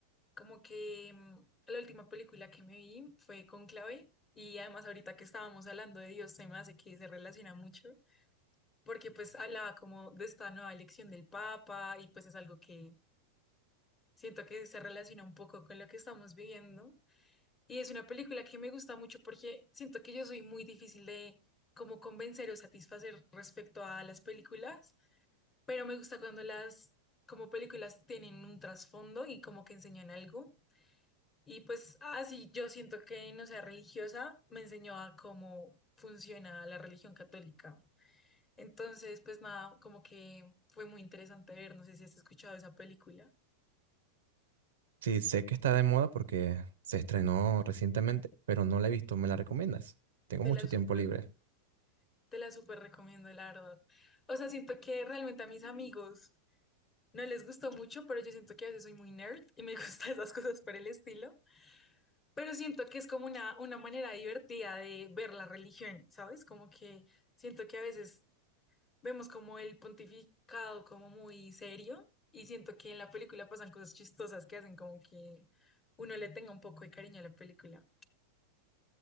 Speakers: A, on the left; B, on the right.
A: Como que mm, la última película que me vi fue Conclave y además ahorita que estábamos hablando de Dios, se me hace que se relaciona mucho porque pues hablaba como de esta nueva elección del Papa y pues es algo que siento que se relaciona un poco con lo que estamos viviendo. Y es una película que me gusta mucho porque siento que yo soy muy difícil de como convencer o satisfacer respecto a las películas pero me gusta cuando las como películas tienen un trasfondo y como que enseñan algo. Y pues así yo siento que no sea religiosa, me enseñó a cómo funciona la religión católica. Entonces, pues nada, como que fue muy interesante ver, no sé si has escuchado esa película.
B: Sí, sé que está de moda porque se estrenó recientemente, pero no la he visto. ¿Me la recomiendas? Tengo
A: Te
B: mucho
A: la súper,
B: tiempo libre.
A: te la súper recomiendo, la verdad. O sea, siento que realmente a mis amigos no les gustó mucho, pero yo siento que a veces soy muy nerd y me <laughs> gustan esas cosas por el estilo. Pero siento que es como una, una manera divertida de ver la religión, ¿sabes? Como que siento que a veces vemos como el pontificado como muy serio y siento que en la película pasan cosas chistosas que hacen como que uno le tenga un poco de cariño a la película.